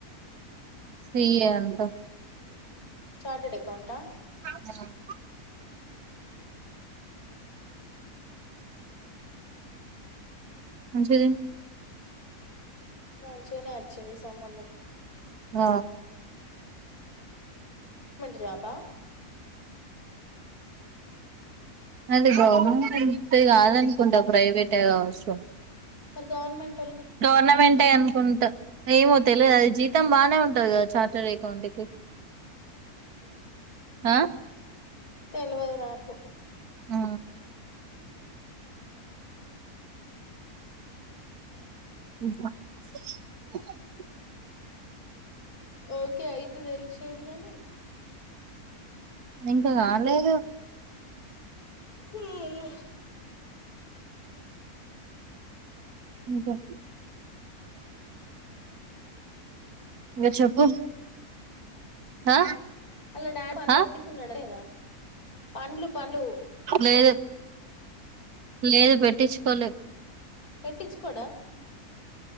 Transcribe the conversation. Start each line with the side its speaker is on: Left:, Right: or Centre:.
Right: సి ఏ అంట
Left: చాటేడ్ అకౌంటా
Right: ఉమ్ మంచిది
Left: మంచిగనే వచ్చింది సంబంధం
Right: ఆ
Left: జాబ
Right: అది గవర్నమెంటయితే
Left: ఉమ్
Right: కాదనుకుంటా ప్రైవేటే కావచ్చు.
Left: మర్ గవర్నమెం
Right: గవర్నమెంటే అనుకుంట ఏమో తెలియదు అది జీతం బాగానే ఉంటది కదా చార్టెడ్ అకౌంట్కిి
Left: మ్
Right: ఆ
Left: తెలవదు నాకు
Right: ఆ <unintelligible>
Left: ఓకే అయితే తెలిసేది కాని
Right: ఇంకా కాలేదు.
Left: హ
Right: ఇంకేంటి ఇంగ చెప్పు ఆ
Left: అల్లుడా పన్లు
Right: ఆ
Left: పెట్టుకున్నాడ లేదా పన్లు పన్లు
Right: లేదు లేదు పెట్టిచ్చుకోలే
Left: పెట్టిచ్చుకోడా